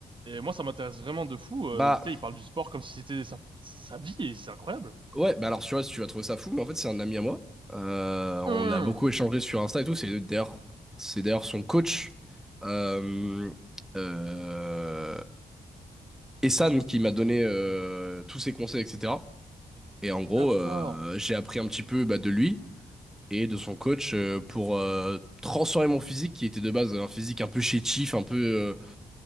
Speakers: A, on the right; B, in the centre.
A: Et moi, ça m'intéresse vraiment de fou. Euh,
B: Bah,
A: tu sais, il parle du sport comme si c'était sa, sa vie et c'est incroyable.
B: ouais, bah alors, tu vois, si tu vas trouver ça fou, mais en fait, c'est un ami à moi. Euh, on
A: Hum,
B: a beaucoup échangé sur Insta et tout. C'est d'ailleurs, c'est d'ailleurs son coach. Euh, euh, Essan qui m'a donné euh, tous ses conseils, etc. Et en gros,
A: d'accord.
B: euh, j'ai appris un petit peu bah, de lui et de son coach euh, pour euh, transformer mon physique qui était de base un physique un peu chétif, un peu, euh,